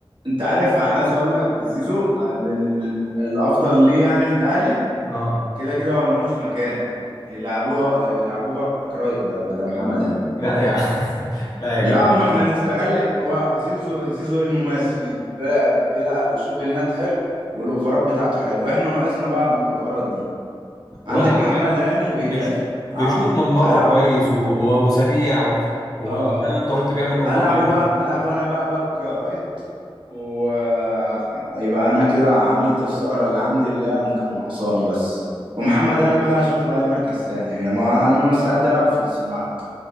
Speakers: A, on the right (about 60°); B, on the left (about 40°).
A: أنت عارف أنا عايز اقول لك زيزو انا بال... الافضل ليه يعني في الاهلي
B: اه
A: كده كده هو ملوش مكان يلعبوها يلعبوه باك رايت بقى بدل محمد هاني
B: لا يا <laughs> لا يا
A: لا
B: جدع
A: ما احنا نستغل هو زيزو زيزو ايه المميز فيه بيلعب بيلعب- بيشوط بلينات حلو والاوفرات بتاعته حلوه احنا ناقصنا بقى بالاوفرات دي
B: ولا
A: عندك
B: هو
A: محمد هاني بيدافع
B: بيش... بيشوط
A: ع-
B: من بره
A: هلعب
B: كويس و... و... وسريع و... وزي
A: اه اه
B: ما انت قلت بيعمل اوفر
A: هلعبه
B: حلو
A: بقى هلعبه انا بقى باك رايت ويبقى انا كده عملت الثغرة اللي عندي اللي هي كان ناقصاني بس ومحمد هاني بقى اشوف له اي مركز تاني يعني ما انا مستعد العبه في نص الملعب